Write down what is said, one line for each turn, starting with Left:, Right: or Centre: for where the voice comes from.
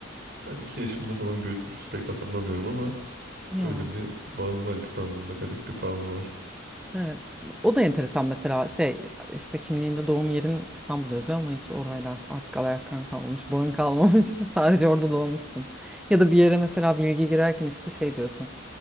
Right: ben iki yaşımda falan göçmüşüz pek hatırlamıyorum ama
Centre: Ya
Right: öyle bir bağım var İstanbul'da garip bir bağım var.
Centre: evet. O da enteresan mesela şey işte kimliğinde doğum yerin İstanbul'da yazıyor ama hiç orayla artık alakan kalmamış, bağın kalmamış. <laughs> Sadece orada doğmuşsun. Ya da bir yere mesela bilgi girerken işte şey diyorsun.